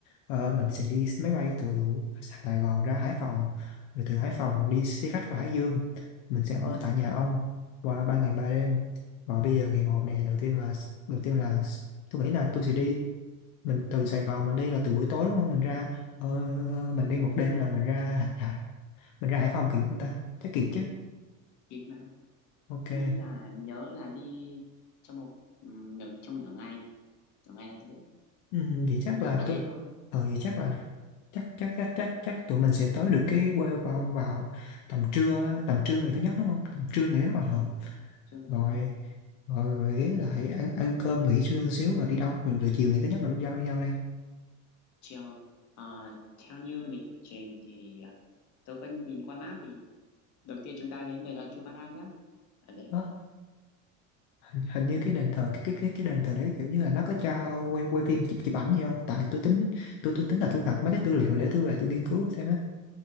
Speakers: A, on the left (about 70°); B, on the left (about 45°).
A: ờ, mình sẽ đi máy bay từ Sài Gòn ra Hải Phòng rồi từ Hải Phòng
B: ừ,
A: đi xe khách qua Hải Dương mình sẽ ở
B: ừ,
A: tại nhà ông qua ba ngày ba đêm và bây giờ ngày một
B: rồi
A: này đầu tiên là đầu tiên là tôi nghĩ là tôi sẽ đi mình từ Sài Gòn mình đi là từ buổi tối đúng không mình ra ờ, mình đi một đêm là mình ra mình ra Hải Phòng kịp không ta chắc kịp chứ
B: kịp mà
A: ok
B: tôi nghĩ là nhớ là đi trong một ừ, nửa trong nửa ngày nửa ngày là tới
A: Ừ, vậy chắc
B: cùng lắm
A: là
B: là
A: tôi
B: thế thôi
A: ờ vậy chắc là chắc chắc chắc chắc chắc tụi mình sẽ tới được cái quê của ông vào tầm trưa á, tầm trưa ngày thứ nhất đúng không tầm trưa ngày thứ nhất là hợp
B: ừ, chưa ngày
A: rồi
B: nhất
A: rồi rồi ghé lại ăn ăn cơm nghỉ trưa xíu rồi đi đâu rồi, rồi chiều ngày thứ nhất rồi đi đâu đi đâu đây
B: chiều à, theo như lịch trình thì à, tôi có nhìn qua map thì đầu tiên chúng ta đến đền thờ Chu Văn An nhé ở đấy
A: đó hình, hình như cái đền thờ cái cái cái cái đền thờ đấy kiểu như là nó có cho quay quay phim chụp chụp ảnh gì không tại tôi tính tôi tôi tính là thu thập mấy cái tư liệu để tôi về tôi nghiên cứu thêm á